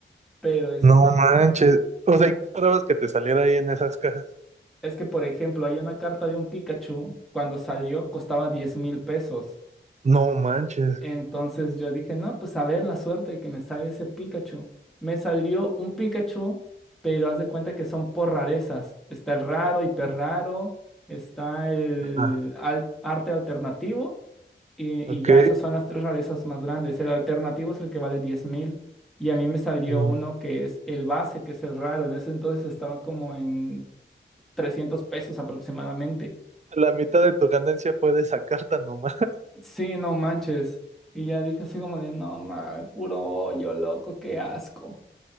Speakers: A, in the centre; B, on the right.
A: Pero este,
B: No manches. O sea, ¿y qué esperabas que te saliera ahí en esas cajas?
A: es que por ejemplo, hay una carta de un Pikachu, cuando salió costaba diez mil pesos.
B: No manches.
A: Entonces yo dije, no, pues a ver la suerte de que me salga ese Pikachu. Me salió un Pikachu, pero haz de cuenta que son por rarezas. Está el raro, hiper raro, está el
B: ¿Ah?
A: al- arte alternativo y,
B: Ok.
A: y ya esas son las tres rarezas más grandes. El alternativo es el que vale diez mil y a mí me salió
B: No.
A: uno que es el base, que es el raro. En ese entonces estaba como en 300 pesos aproximadamente.
B: La mitad de tu ganancia fue de esa carta nomás.
A: Sí, no manches. Y ya dije así como de, no mames, puro hoyo, loco, qué asco.